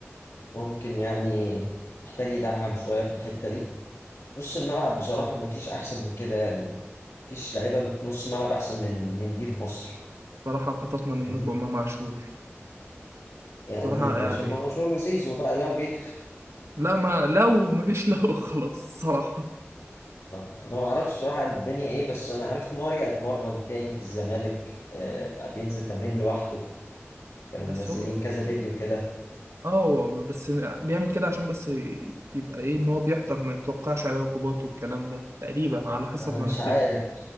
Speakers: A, on the left; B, on the right.
A: ممكن يعني محتاج يدعم شوية في الحتة دي نص الملعب بصراحة مفيش أحسن من كده يعني مفيش لعيبة نص ملعب أحسن من من دي في مصر
B: صراحة خطفنا منكم
A: فاهمني
B: ما معشور
A: يعني
B: صراحة يعني
A: عشان منصور وزيزو بقى لو جه
B: لا ما لو ما فيش لو <laughs> خلاص صراحة
A: ما انا ما اعرفش صراحه الدنيا ايه بس انا عرفت ان هو رجع اتمرن تاني في الزمالك آه، بقى بينزل تمرين لوحده كانوا
B: بس
A: منزلين
B: هو
A: كذا فيديو كده
B: اه هو بس بيعمل كده عشان بس ي- يبقى ايه ان هو بيحضر ما يتوقعش عليه عقوبات والكلام ده تقريبا على حسب
A: انا
B: ما
A: مش
B: انا فهمت
A: عارف